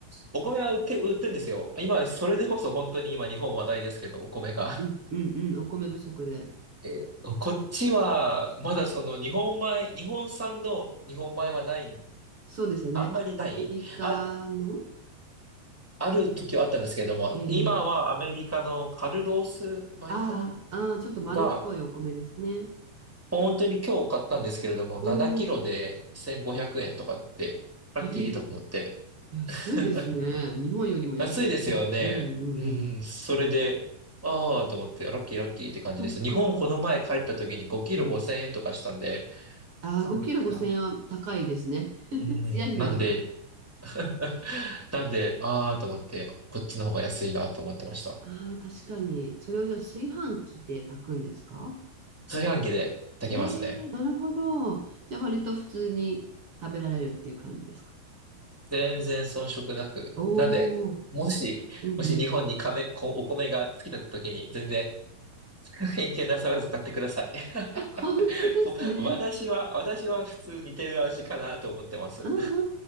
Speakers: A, in the centre; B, on the right.
A: お米は売って、売ってんですよ。今、それでこそ本当に今日本話題ですけど、お米が。
B: うんうんうん、お米不足で。
A: え、こっちは、まだその日本米、日本産の日本米はない、
B: そうですよね。
A: あんまりない、
B: あアメリカの、
A: あ、ある時はあったんですけれども、
B: えー、
A: 今はアメリカのカルロース米かな
B: あーあー、ちょっと丸っこいお米ですね。
A: が、本当に今日買ったんですけれども、7キロで1500円とかで、
B: おお、
A: ラッキーとか思って。
B: えー、安いですね。
A: <laughs>
B: 日本よりも安い。
A: 安いですよね。
B: うんうんうん。
A: うんうん。それで、ああ、と思って、ラッキーラッキーって感じです。
B: そっか。
A: 日本この前帰った時に5キロ5000円とかしたんで、
B: うん。ああ、
A: あや
B: 5キロ5000円は高いですね。<laughs>
A: うん。
B: つや姫とか。
A: なんで、<laughs> なんで、あーと思って、こっちの方が安いなと思ってました。
B: ああ、確かに。それをじゃあ炊飯器で炊くんですか
A: 炊飯器で炊けますね。
B: えー、なるほど。じゃあ割と普通に食べられるっていう感じですか。
A: 全然遜色なく。
B: おお
A: なんで、もし、
B: ー、うん
A: もし日本に米、こお米が尽きた時に、全然 <laughs> 偏見なさらず買ってください。<laughs>
B: 本当ですね。
A: こ私は、私は普通似てる味かなと思ってます。
B: うんう